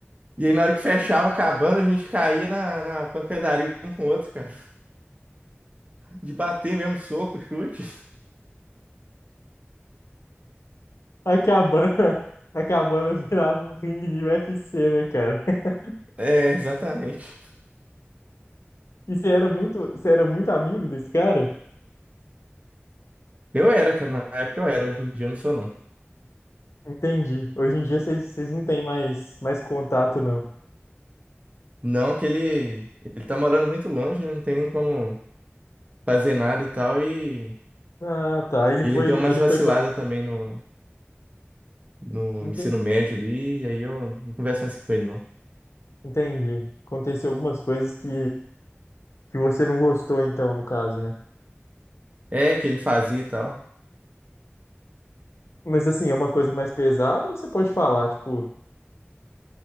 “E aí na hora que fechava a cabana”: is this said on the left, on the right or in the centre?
Right